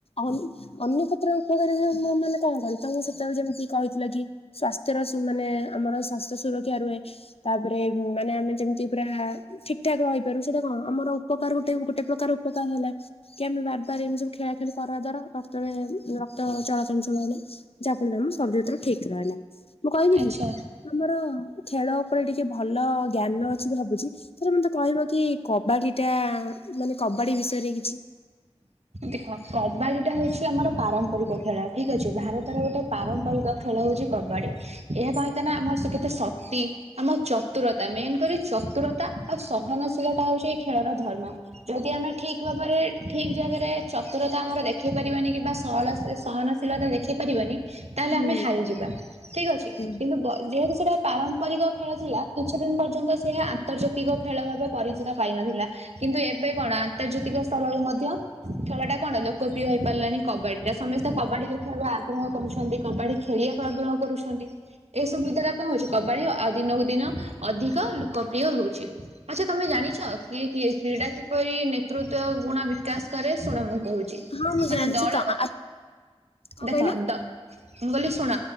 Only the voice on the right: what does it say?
ଆଚ୍ଛା।
ଦେଖ କବାଡି ଟା ହଉଛି ଆମର ପାରମ୍ପରିକ ଖେଳ ଠିକ୍ ଅଛି। ଭାରତ୍ ତାର ଗୋଟେ ପାରମ୍ପରିକ ଖେଳ ହଉଚି କବାଡି। ଏହା ସହିତ ନା ଆମର ସେ କେତ୍ ତେ ଶକ୍ତି ଆମ ଚତୁରତା ମେନ୍ କରି ଚତୁରତା ଆଉ ସହନଶୀଳ ଟା ହଉଚି ଖେଳର ଧର୍ମ। ଯଦି ଆମେ ଠିକ୍ ଭାବରେ ଠିକ୍ ଜାଗାରେ ଚତୁରତା ଆମର ଦେଖେଇ ପାରିବାନି କି ବା ସକଳ ସେ ସହନଶୀଳତା ଦେଖେଇ ପାରିବାନି ତାହେଲେ
ଆମେ ହାରିଯିବା ଠିକ୍ ଅଛି।
କିନ୍ତୁ ବ ଯେହେତୁ ସେଟା ପାରମ୍ପରିକ ଖେଳ ଥିଲା କିଛି ଦିନ ପର୍ଯ୍ୟନ୍ତ ସେ ଆ ଆନ୍ତର୍ଜାତିକ ଖେଳ ଭାବେ ପରିଚିତ ପାଇନଥିଲା। କିନ୍ତୁ ଏବେ କଣ ଆନ୍ତର୍ଜାତିକ ସ୍ତରରେ ମଧ୍ୟ ଖେଳଟା କଣ ଲୋକପ୍ରିୟ ହେଇ ପାରିଲାଣି କବାଡିଟା ସମେସ୍ତେ କବାଡି ଦେଖିବାକୁ ଆଗ୍ ଗ୍ରହ କରୁଛନ୍ତି, କବାଡି ଖେଳିବାକୁ ଆଗ୍ରହ କରୁଛନ୍ତି। ଏସବୁ ଦ୍ଵାରା କଣ ହଉଚି କବାଡି ଆଉ ଦିନକୁ ଦିନ ଅଧିକ ଲୋକପ୍ରିୟ ହଉଛି। ଆଚ୍ଛା ତମେ ଜାଣିଛ କିଏ କିଏ କ୍ରୀଡା କିପରି ନେତୃତ୍ତ୍ଵ ଗୁଣ ବିକାଶ କରେ ଶୁଣ ମୁଁ କହୁଚି,
ମାନେ
ଦଳ
ଗତ
ଦେଖ
ଦ ମୁଁ କହିଲି ଶୁଣ।